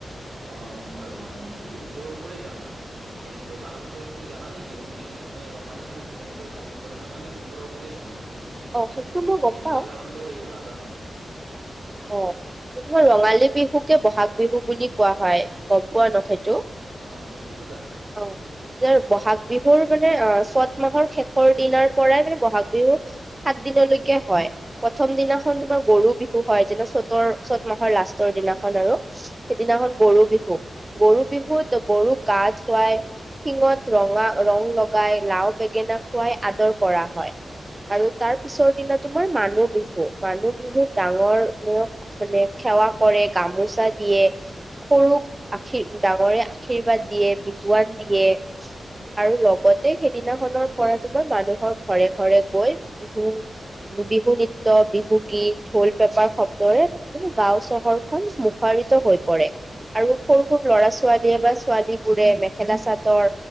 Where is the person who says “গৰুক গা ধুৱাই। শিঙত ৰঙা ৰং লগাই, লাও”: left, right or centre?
Right